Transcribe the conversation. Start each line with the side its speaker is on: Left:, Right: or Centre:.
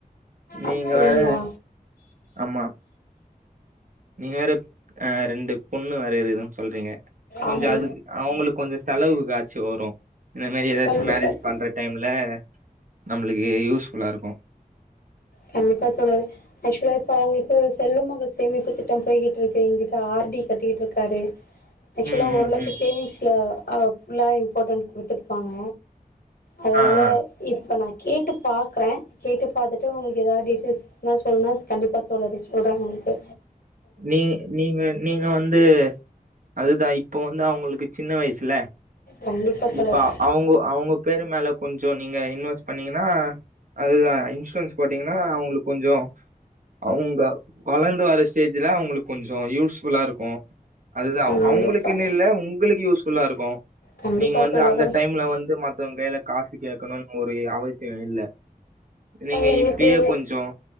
Right: நீங்க
Left: அப்டிங்களா
Right: வேற ஆமா நீங்க வேற அ ரெண்டு பொண்ணு வேறயிருக்கு சொல்றீங்க கொஞ்சோ
Left: ஆமா
Right: அதுக்கு அவங்குளுக்கு கொஞ்சோ செலவுகாசு சோரும் இந்த மாரி எதாச்சும்
Left: கண்டிப்பா
Right: மேரேஜ்
Left: தோ
Right: பண்ற டைம்ல நம்முளுக்கு யூஸ் ஃபுல்லா இருக்கு
Left: கண்டிப்பா தோழரே ஆக்சுவலா இப்ப அவங்களுக்கு செல்ல மகள் சேமிப்பு திட்டம் போயிகிட்டு இருக்கு இங்குட்டு ஆர் டி கட்டிட்டு இருக்காரு ஆக்சுவலா
Right: ம்
Left: ஒரு
Right: ம்
Left: லட்ச
Right: ம்
Left: சேவிங்ஸ்ல ஆஃப்லைன் கொடுத்துப்பாங்க அதனால
Right: ஆ ஆ
Left: இப்ப நான் கேட்டுப் பாக்குறே பாத்துட்டு உங்களுக்கு ஏதாவது டீடெ யில்சு நா சொல்லு கண்டிப்பா தொளறி சொல்றே உங்கங்களு
Right: நீ நீங்க நீங்க வந்து அதுதான் இப்ப வந்து அவங்களுக்கு சின்ன வயசுல
Left: கண்டிப்பா தோழரே
Right: இப்ப அவ்ங்க அவ்ங்க பேரு மேல கொஞ்சோ நீங்க இன்வெஸ்ட் பண்ணீங்கன்னா அது தான் இன்சூரன்ஸ் போட்டீங்கன்னா அவங்களுக்கு கொஞ்சம் அவங்க வளர்ந்து வர ஸ்டேஜ்ல அவங்களுக்கு கொஞ்சம் யூஸ்புஃல்லா இருக்கு ஓ அதுதான்
Left: கண்டிப்பா
Right: அவுங்களுக்குன்னு இல்ல உங்களுக்கு யூஸ் ஃபுல்லா இருக்கு
Left: கண்டிப்பா
Right: நீங்க வந்து
Left: தோழரே
Right: அந்த டைம்ல வந்து மத்தவங்க கையில காசு கேட்கணும்னு ஒரு அவசியம் இல்ல. நீங்க
Left: எங்களுக்கு
Right: இப்பயே கொஞ்சம்